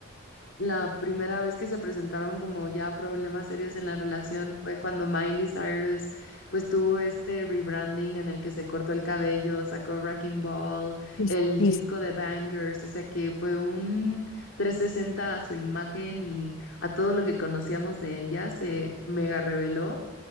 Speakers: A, on the left; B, on the left.
A: La primera vez que se presentaron como ya problemas serios en la relación fue cuando Miley Cyrus pues tuvo este rebranding en el que se cortó el cabello, sacó Wrecking Ball,
B: Sí,
A: el
B: sí,
A: disco
B: sí.
A: de Bangers, o sea que fue un 360 a su imagen y a todo lo que conocíamos de ella se mega reveló